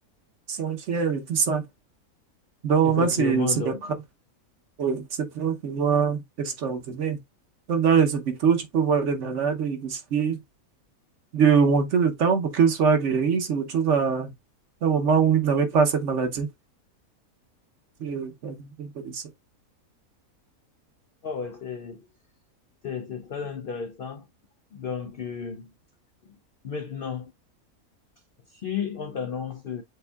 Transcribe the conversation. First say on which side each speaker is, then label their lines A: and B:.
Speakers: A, on the right; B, on the left.
A: sont fiers et tout ça. Donc
B: effectivement,
A: là, c'est c'est
B: donc.
A: vraiment- oui, c'est vraiment un pouvoir extraordinaire. Comme dans les hôpitaux, tu peux voir des malades et décider de remonter le temps pour qu'ils soient guéris, se retrouvent à à un moment où ils n'avaient pas cette maladie. C'est euh, pas de
B: Ah ouais, c'est C'est, c'est très intéressant. Donc, euh, maintenant, si on t'annonce,